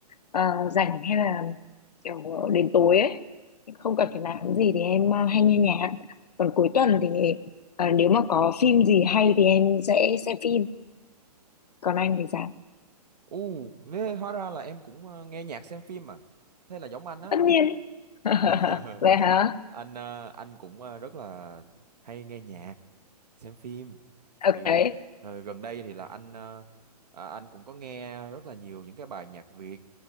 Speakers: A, on the left; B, on the right.
A: ờ, rảnh hay là kiểu đến tối ấy, không cần phải làm gì thì em ờ, hay nghe nhạc. Còn cuối tuần thì ờ, nếu mà có phim gì hay thì em sẽ xem phim. Còn anh thì sao?
B: u thế hóa ra là em cũng ờ, nghe nhạc xem phim à thế là giống anh á
A: Tất nhiên. <laughs>
B: <laughs>
A: vậy hả
B: anh ờ, anh cũng ờ, rất là hay nghe nhạc xem phim
A: ok
B: thì từ, thời gần đây thì là anh ờ, à, anh cũng có nghe rất là nhiều những cái bài nhạc Việt